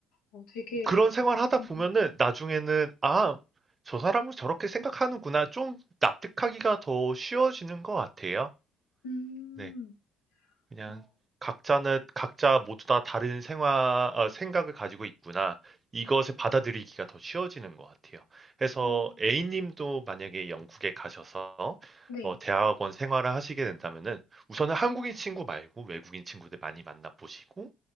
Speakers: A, on the left; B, on the right.
A: 어 되게
B: 그런 생활하다
A: 음.
B: 보면은 나중에는 '아 저 사람은 저렇게 생각하는구나.' 좀 납득하기가 더 쉬워지는 것 같아요.
A: 음.
B: 네. 그냥
A: 어.
B: 각자는 각자 모두 다 다른 생화, 어, 생각을 가지고 있구나. 이것을 받아들이기가 더 쉬워지는 것 같아요. 그래서
A: 음.
B: A님도 만약에 영국에 가셔서
A: 네.
B: 어, 대학원 생활을 하시게 된다면은 우선은 한국인 친구 말고 외국인 친구들 많이 만나보시고